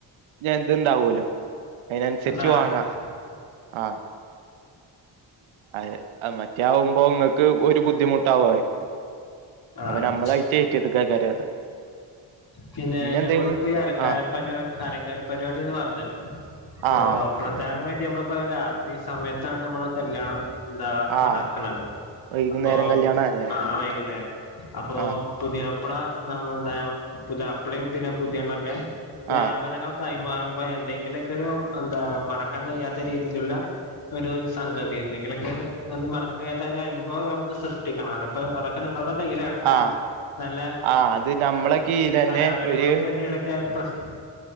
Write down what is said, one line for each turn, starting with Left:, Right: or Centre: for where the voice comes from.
Right: ഞാ ഇത്ണ്ടാവുലോ അയിനൻസരിച്ച്
Left: ധാരണ
Right: വാങ്ങാ ആഹ് അഹ് മറ്റേ ആവുമ്പോം ഇങ്ങക്ക് ഒരു ബുദ്ധിമുട്ടാവൊത്. അപ്പം
Left: ആഹ്
Right: നമ്മളായിട്ട് ഏറ്റെടുക്കെകാരം അത്
Left: പിന്നെ
Right: എന്തെങ്കിലും
Left: ഞമ്മളിപ്പ ഈ അലങ്കാര
Right: ആഹ്
Left: പരിവാ അലങ്കാര പരിപാടി ന്ന് പർഞ്ഞല്ലോ അപ്പൊ
Right: ആഹ്
Left: പ്രധാനമായിട്ട് നമ്മളിപ്പോ രാത്രി സമയത്താണ് നമ്മളെ കല്യാണം എന്താ
Right: ആഹ്
Left: നടക്ക്ണത്
Right: വൈകുന്നേരം
Left: അപ്പോം
Right: കല്യാണല്ലേ
Left: ആഹ് വൈകുന്നേരം അപ്പോ
Right: ആഹ്
Left: പുതിയാപ്പള നമ്മളുടേം പുതിയാപ്പിളയും പിന്നെ പുതിയണ്ണൊക്കെ യീ
Right: ആഹ്
Left: ആഭരണങ്ങളൊ കൈമാറുമ്പോ എന്തെങ്കിലൊക്കൊരു എന്താ മറക്കാൻ കഴിയാത്ത രീതിലുള്ള ഒരു സംഗതി എന്തെങ്കിലൊക്കൊരു അത് മറക്കാൻ കഴിയാത്ത ഒരു അനുഭവം നമുക്ക് സൃഷ്ടിക്കണല്ലോ പ്പെ അതൊക്കെ നിങ്ങളുടെ കയ്യിലാണ് കാരണം
Right: ആഹ്
Left: നല്ല,
Right: ആഹ് അത് നമ്മളെ
Left: അതെ.
Right: കീഴിലന്നെ
Left: കലാപരമായിട്ട്
Right: ഒരു
Left: എന്തെങ്കിലൊക്കെ പ്രശ്